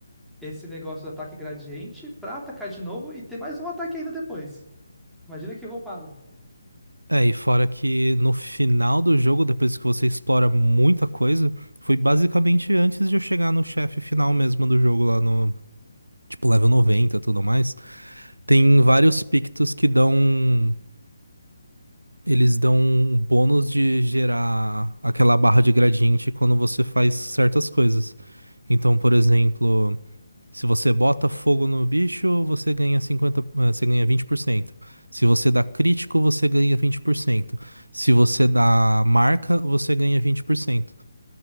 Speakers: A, in the centre; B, on the right.
A: esse negócio do ataque gradiente pra atacar de novo e ter mais um ataque ainda depois. Imagina que roubada.
B: É, e fora que no final do jogo, depois que você explora muita coisa, foi basicamente antes de eu chegar no chefe final mesmo do jogo lá no, tipo, level 90 e tudo mais. Tem vários pictos que dão. Eles dão um bônus de gerar aquela barra de gradiente quando você faz certas coisas. Então, por exemplo, se você bota fogo no bicho, você ganha cinquenta eh, você ganha vinte por cento Se você dá crítico, você ganha vinte por cento Se você dá marca, você ganha vinte por cento